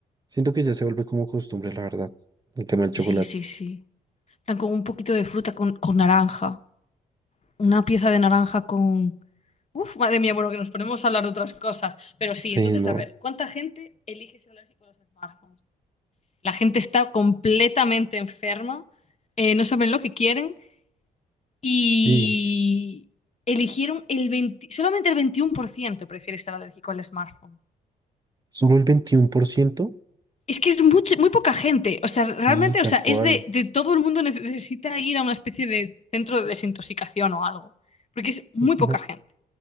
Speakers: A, on the right; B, on the left.
A: Siento que ya se vuelve como costumbre, la verdad, el tema del chocolate.
B: Sí, sí, sí. En plan, Con un poquito de fruta, con, con naranja. Una pieza de naranja con... Uf, madre mía, bueno, que nos ponemos a hablar de otras cosas. Pero sí,
A: Sí,
B: entonces,
A: no.
B: a ver, ¿cuánta gente elige ser alérgico a los smartphones? La gente está completamente enferma, eh, no saben lo que quieren Y
A: Y
B: eligieron el 20 solamente el 21% prefiere estar alérgico al smartphone.
A: solo el 21%
B: Es que es mucho- muy poca gente. O sea, realmente,
A: sí, tal
B: o sea,
A: cual.
B: es de, de todo el mundo <laughs> necesita ir a una especie de centro de desintoxicación o algo. Porque es muy
A: Ujú.
B: poca gente.